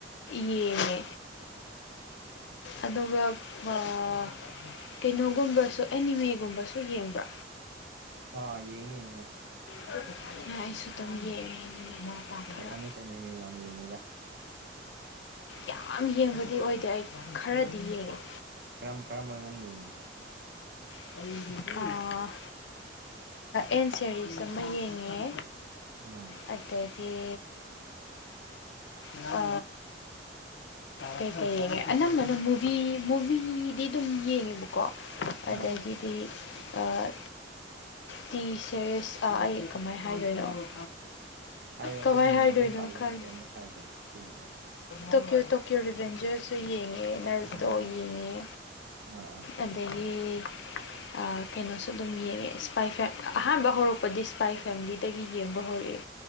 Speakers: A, on the left; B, on the right.
A: ꯌꯦꯡꯉꯦ ꯑꯗꯨꯒ ꯑꯥ ꯀꯩꯅꯣꯒꯨꯝꯕꯁꯨ ꯑꯦꯅꯤꯃꯦꯒꯨꯝꯕꯁꯨ ꯌꯦꯡꯕ꯭ꯔꯣ
B: ꯑꯥ ꯌꯦꯡꯉꯦ ꯌꯦꯡꯉꯦ
A: ꯑꯥ ꯑꯩꯁꯨ ꯗꯨꯝ ꯌꯦꯡꯉꯦ ꯈꯔ
B: ꯖꯄꯥꯅꯤꯁ ꯑꯦꯅꯤꯃꯦ ꯌꯥꯝ ꯌꯦꯡꯉꯦꯗ
A: ꯌꯥꯝ ꯌꯦꯡꯕꯗꯤ ꯑꯣꯏꯗꯦ ꯑꯩ ꯈꯔꯗꯤ ꯌꯦꯡꯉꯦ
B: ꯀꯔꯝ ꯀꯔꯝꯕꯅꯣ ꯅꯪ ꯌꯦꯡꯉꯤꯁꯦ
A: <unintelligible> ꯑ ꯑꯦꯟ ꯁꯦꯔꯤꯁ ꯑꯃ ꯌꯦꯡꯉꯦ
B: ꯎꯝ
A: ꯑꯗꯒꯤ ꯑ ꯀꯩ ꯀꯩ ꯌꯦꯡꯉꯦ ꯑꯅꯝꯕꯅ ꯃꯨꯚꯤ ꯃꯨꯚꯤꯗꯤ ꯑꯗꯨꯝ ꯌꯦꯡꯉꯦꯕ ꯀꯣ
B: ꯑꯥ
A: ꯑꯗꯒꯤꯗꯤ ꯑ ꯇꯤ ꯁꯦꯔꯤꯁ ꯥꯑꯥ ꯑꯩ ꯀꯃꯥꯏ ꯍꯥꯏꯗꯣꯏꯅꯣ
B: ꯍꯥꯏꯌꯣ ꯑꯗꯨꯝ
A: ꯀꯃꯥꯏ ꯍꯥꯏꯗꯣꯏꯅꯣ
B: ꯃꯤꯡꯗꯨꯝ ꯄꯜꯂꯣꯅꯦ
A: ꯈꯪꯗꯦ
B: ꯀꯩꯝꯇ ꯀꯥꯏꯗꯦ ꯁꯤꯒꯤꯅ
A: ꯇꯣꯀꯤꯌꯣ ꯇꯣꯀꯤꯌꯣ ꯔꯤꯚꯦꯟꯖꯔꯁꯨ ꯌꯦꯡꯉꯦ ꯑꯦꯅꯔꯁꯇꯣ
B: ꯑꯣ
A: ꯌꯦꯅꯤꯡꯉꯦ
B: ꯑꯥ ꯑꯥ
A: ꯑꯗꯩ ꯗꯤ ꯑꯥ ꯀꯩꯅꯣꯁꯨ ꯑꯗꯨꯝ ꯌꯦꯡꯉꯦ ꯏꯁꯄꯥꯏꯐꯦꯠ ꯑꯍꯥꯟꯕ ꯍꯧꯔꯞ ꯄꯗꯤ ꯁꯐꯥꯏ ꯐꯦꯃꯤꯂꯤꯗꯒꯤ ꯌꯦꯡꯕ ꯍꯧꯔꯛꯑꯦ